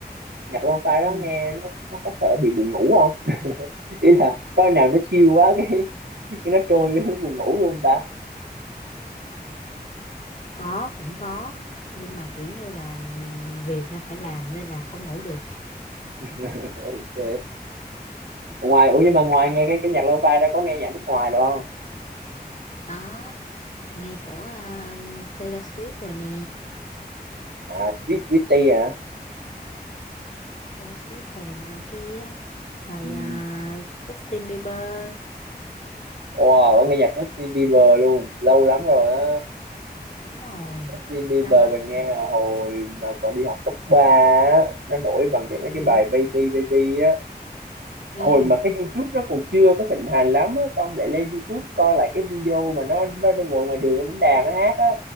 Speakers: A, on the right; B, on the left.
A: nhạc lo-fi
B: ừ
A: đó nghe nó nó có sợ bị buồn ngủ không ý là coi nào nó chill quá cái cái nó trôi nó buồn ngủ luôn ta
B: có cũng có nhưng mà kiểu như là việc nên phải làm nên là không ngủ được
A: <laughs> ok ngoài ủa
B: ừ,
A: nhưng mà ngoài nghe cái cái nhạc lo-fi đó có nghe nhạc nước ngoài được không
B: có nghe của ờ, Taylor Swift rồi nè
A: à Sweet Sweetie à
B: Taylor Swift rồi này nọ kia rồi
A: ừ.
B: ờ, Justin Bieber
A: wow
B: đó
A: có nghe nhạc Justin Bieber luôn lâu lắm rồi á
B: đúng rồi
A: Justin Bieber
B: lâu lắm
A: mình
B: rồi
A: nghe là hồi mà còn đi học cấp ba, á nó nổi bằng cái mấy
B: ừ
A: cái bài Baby Baby á
B: ừ
A: hồi mà cái YouTube nó còn chưa có thịnh hành lắm á xong lại lên YouTube coi lại cái video mà nó nó đang ngồi ngoài đường nó đánh đàn nó hát á